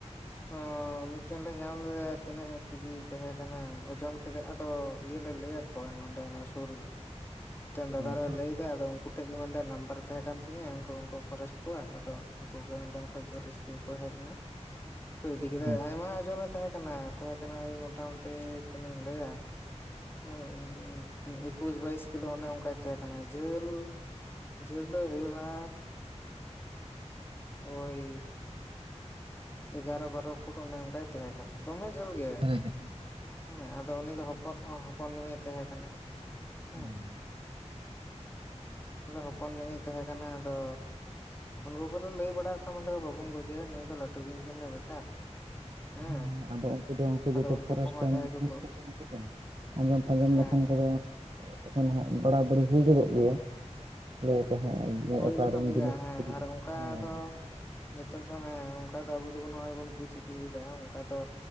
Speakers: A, on the left; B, on the right.
A: ᱦᱚᱸ ᱢᱤᱫᱴᱮᱱ ᱞᱮ ᱧᱟᱢ ᱞᱮᱫᱟᱭᱟ ᱛᱤᱱᱟᱹᱜ ᱠᱮᱡᱤ ᱛᱟᱦᱮᱸ ᱠᱟᱱᱟ ᱚᱡᱳᱱ ᱠᱮᱫᱮ ᱟᱫᱚ ᱤᱭᱟᱹ ᱞᱮ ᱞᱟᱹᱭ ᱟᱫ ᱠᱚᱣᱟ ᱱᱚᱸᱰᱮ ᱥᱩᱨ ᱨᱮ ᱢᱤᱫᱴᱮᱱ ᱫᱟᱫᱟ
B: ᱦᱮᱸ
A: ᱟᱨᱮ ᱞᱟᱹᱭ ᱫᱟᱭ ᱟᱫᱚ ᱩᱱᱠᱩ ᱴᱷᱮᱡ ᱜᱮ ᱢᱮᱱ ᱮᱫᱟᱭ ᱱᱟᱢᱵᱟᱨ ᱛᱟᱦᱮ ᱠᱟᱱ ᱛᱤᱧᱟᱹ ᱩᱱᱠᱩ ᱩᱱᱠᱩ ᱯᱷᱚᱨᱮᱥᱴ ᱠᱚᱣᱟ ᱟᱫᱚ ᱩᱱᱠᱩ ᱚᱸᱰᱮ ᱠᱷᱚᱡ ᱨᱟᱹᱥᱠᱟᱹ ᱜᱮ ᱠᱚ ᱦᱮᱡ ᱱᱟ ᱤᱫᱤ ᱠᱮᱫᱟᱭ
B: ᱦᱮᱸ
A: ᱟᱭᱢᱟ ᱚᱡᱳᱱᱮ ᱛᱟᱦᱮᱸ ᱠᱟᱱᱟ ᱛᱟᱦᱮᱸ ᱠᱟᱱᱟᱭ ᱢᱚᱴᱟ-ᱢᱩᱴᱤ ᱛᱤᱱᱟᱹᱜ ᱤᱧ ᱞᱟᱹᱭᱟ ᱦᱚᱭ ᱮᱠᱩᱥ ᱵᱟᱭᱤᱥ ᱠᱤᱞᱳ ᱚᱱᱮ ᱚᱱᱠᱟᱭ ᱛᱟᱦᱮᱸ ᱠᱟᱱᱟ ᱡᱷᱟᱹᱞ ᱡᱷᱟᱹᱞ ᱫᱚ ᱦᱩᱭᱩᱜᱼᱟ ᱳᱭ ᱮᱜᱟᱨᱚ ᱵᱟᱨᱚ ᱯᱷᱩᱴ ᱚᱱᱮ ᱚᱝᱠᱟᱭ ᱛᱟᱦᱮᱸ ᱠᱟᱱᱟ ᱫᱚᱢᱮ ᱡᱷᱟᱹᱞ ᱜᱮ
B: ᱦᱮᱸ
A: ᱦᱮᱸ ᱟᱫᱚ ᱩᱱᱤ ᱫᱚ ᱦᱚᱯᱚᱱ ᱦᱚᱸ ᱦᱚᱯᱚᱱ ᱧᱚᱜ ᱮ ᱛᱟᱦᱮᱸ ᱠᱟᱱᱟ᱾
B: ᱦᱩᱸ᱾
A: ᱦᱮᱸ ᱟᱫᱚ ᱦᱚᱯᱚᱱ ᱧᱚᱜ ᱤ ᱛᱟᱦᱮᱸ ᱠᱟᱱᱟ ᱟᱫᱚ ᱩᱱᱠᱩ ᱠᱚ ᱫᱚ ᱞᱮ ᱞᱟᱹᱭ ᱵᱟᱲᱟ ᱟᱠᱚᱣᱟ ᱵᱟᱵᱚᱱ ᱜᱚᱡᱮᱭᱟ ᱱᱩᱭ ᱫᱚ ᱞᱟᱹᱴᱩ ᱴᱩ ᱵᱤᱧ ᱠᱟᱱᱟᱭ ᱵᱮᱠᱟᱨ ᱦᱮᱸ
B: ᱦᱩᱸ ᱟᱫᱚ ᱩᱱᱠᱩ ᱫᱚ ᱩᱱᱠᱩ
A: ᱟᱫᱚ
B: ᱡᱷᱚᱛᱚ ᱯᱷᱚᱨᱮᱥᱴ
A: ᱠᱚᱦᱚᱸ
B: <inaudible>
A: ᱡᱟᱦᱟᱸᱭ ᱠᱚᱠᱚ
B: ᱟᱸᱡᱚᱢ ᱟᱸᱡᱚᱢ
A: ᱦᱮᱸ
B: ᱞᱮᱠᱷᱟᱱ
A: ᱦᱮᱸ
B: ᱠᱚ ᱫᱚ ᱮᱠᱷᱚᱱ ᱦᱟᱸᱜ ᱵᱟᱲᱟ ᱵᱟᱹᱲᱤ ᱦᱩᱭ ᱜᱚᱫᱚᱜ
A: ᱦᱮᱸ
B: ᱜᱮᱭᱟ ᱞᱟᱹᱭ ᱟᱠᱚ ᱦᱟᱸᱜ ᱡᱮ
A: ᱦᱩᱭ
B: ᱚᱠᱟᱨᱮᱱ
A: ᱜᱚᱫᱚᱜ ᱜᱮᱭᱟ
B: ᱡᱤᱱᱤᱥ
A: ᱦᱮᱸ
B: ᱪᱤᱞᱤ
A: ᱟᱨ ᱚᱝᱠᱟ
B: ᱦᱮᱸ
A: ᱫᱚ ᱱᱤᱛᱚᱜ ᱫᱚ ᱦᱮᱸ ᱚᱝᱠᱟ ᱫᱚ ᱟᱵᱚ ᱫᱚ ᱵᱚᱱ ᱱᱚᱜᱼᱚᱭ ᱵᱚᱱ ᱵᱩᱡᱽ ᱤᱫᱤ ᱮᱫᱟ ᱚᱱᱠᱟ ᱫᱚ